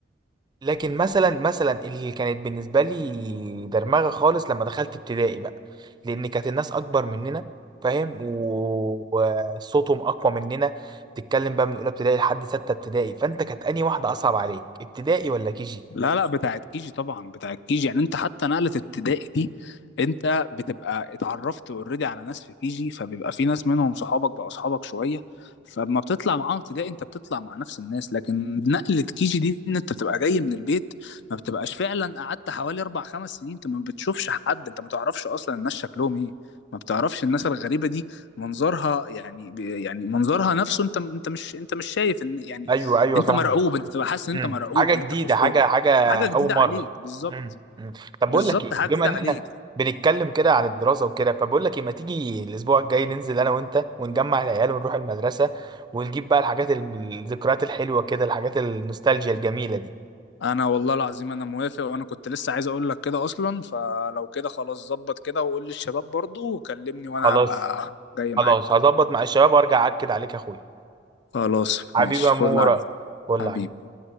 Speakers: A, on the right (about 25°); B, on the left (about 65°).
A: لكن مثلا مثلا اللي كانت بالنسبه لي درمغه خالص لما دخلت ابتدائي بقى لان كانت الناس اكبر مننا فاهم و- وصوتهم اقوى مننا بتتكلم بقى من اولى ابتدائي لحد سته ابتدائي فانت كانت انهي واحده اصعب عليك ابتدائي ولا كيجي
B: لا لا بتاعت كيجي طبعا بتاعت كيجي يعني انت حتى نقلة ابتدائي دي انت بتبقى اتعرفت اوريدي على ناس في كيجي فبيبقى في ناس منهم صحابك بقوا صحابك شوية فلما بتطلع معاهم ابتدائي انت بتطلع مع نفس الناس لكن نقلة كيجي دي ان انت بتبقى جاي من البيت ما بتبقاش فعلا قعدت حوالي اربع خمس سنين انت ما بتشوفش حد انت ما تعرفش اصلا الناس شكلهم ايه ما بتعرفش الناس الغريبة دي منظرها يعني بي- يعني منظرها نفسه انت انت مش انت مش شايف ان يعني
A: ايوه ايوه
B: انت
A: فاهمك
B: مرعوب انت بتبقى حاسس ان
A: مم.
B: انت مرعوب
A: حاجه جديده
B: وانت في وسطهم
A: حاجه حاجه
B: حاجه
A: اول
B: جديده
A: مره
B: عليك بالظبط
A: مم. مم. طب
B: بالظبط
A: بقول لك ايه
B: حاجه
A: بما
B: جديده
A: ان
B: عليك
A: احنا بنتكلم كده عن الدراسه وكده فبقول لك ايه ما تيجي الاسبوع الجاي ننزل انا وانت ونجمع العيال ونروح المدرسه ونجيب بقى الحاجات ال- الذكريات الحلوه كده الحاجات النوستالجيا الجميله دي
B: انا والله العظيم انا موافق وانا كنت لسه عايز اقول لك كده اصلا فلو كده خلاص ظبط كده وقول للشباب برضو وكلمني وانا
A: خلاص
B: هبقى جاي معاك
A: خلاص هظبط مع الشباب وارجع اكد عليك يا اخويا
B: خلاص
A: حبيبي
B: ماشي
A: يا مورا
B: فل عليك
A: فل
B: حبيبي
A: عليك